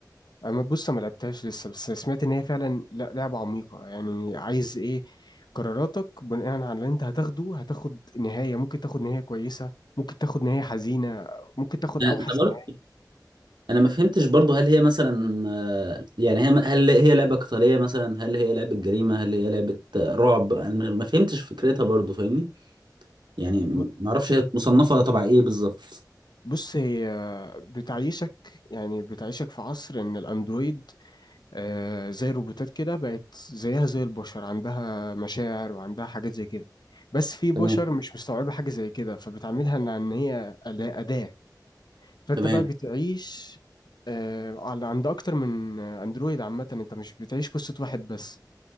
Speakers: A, on the left; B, on the right.
A: اما بص ما لعبتهاش لسه بس سمعت ان هي فعلا لا- لعبه عميقه يعني عايز ايه قراراتك بناء على اللي انت هتاخده هتاخد نهايه ممكن تاخد نهايه كويسه ممكن تاخد نهايه حزينه ممكن تاخد
B: انا
A: اوحش
B: أنا برضه
A: نهايه
B: انا ما فهمتش برضه هل هي مثلا آه، يعني هي هل هي لعبه قتاليه مثلا هل هي لعبه جريمه هل هي لعبه آه، رعب انا ما فهمتش فكرتها برضه فاهمني يعني
A: ب-
B: ما اعرفش هي مصنفه تبع ايه بالظبط
A: بص هي بتعيشك يعني بتعيشك في عصر ان الاندرويد آه زي الروبوتات كده بقت زيها زي البشر عندها مشاعر وعندها حاجات زي كده بس في بشر
B: تمام
A: مش مستوعبه حاجه زي كده فبتعملها ان إن هي أداه فانت
B: تمام
A: بقى بتعيش آه، على عند اكتر من اندرويد عامه انت مش بتعيش قصه واحد بس